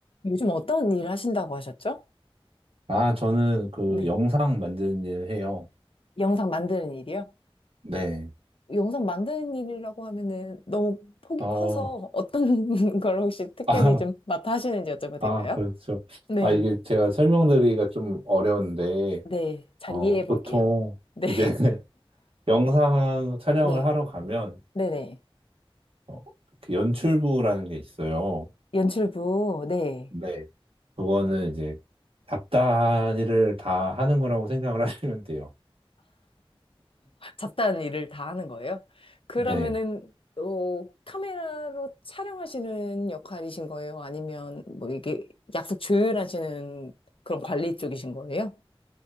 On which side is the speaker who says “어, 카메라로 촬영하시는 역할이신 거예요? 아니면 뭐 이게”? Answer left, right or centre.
Left